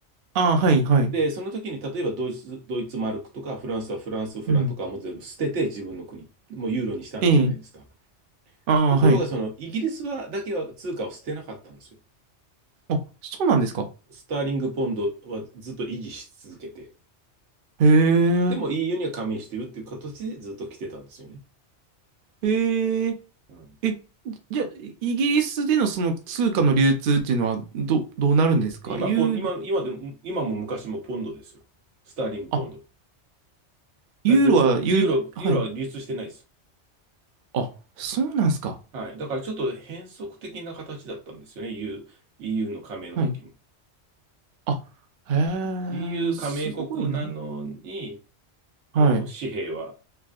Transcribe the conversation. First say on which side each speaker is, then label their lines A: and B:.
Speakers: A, on the right (about 55°); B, on the right (about 85°).
A: ああ、はい、はい。
B: で、その時に例えばドイツ、ドイツマルクとかフランスはフランスフランとかもう全部捨てて自分の国、
A: うん。
B: もうユーロにしたんじゃないですか。
A: ええ、ああ、
B: ところがそのイギリスはだけは通貨を捨てなかったんですよ。
A: はい。あ、そうなんですか。
B: スターリングポンドはずっと維持し続けて、
A: へえ、
B: でも EU には加盟してるっていう形でずっと来てたんですよね。
A: へえ、
B: うん
A: え、じゃあ、イギリスでのその通貨の流通っていうのは、ど、どうなるんですかユーロ、
B: 今、ポン、今、今でも、今も昔もポンドですよ。スターリングポンド。
A: あ、
B: だ、
A: ユーロは、
B: だ、その、
A: ユー、
B: ユーロ、ユーロは流通してないです。
A: はい。あ、そうなんですか。
B: はい。だからちょっと変則的な形だったんですよね。EU、イーユーの加盟の時も。
A: はい。あ、へえ、
B: EU
A: すごいな。
B: 加盟国なのに、あの、
A: はい、
B: 紙幣は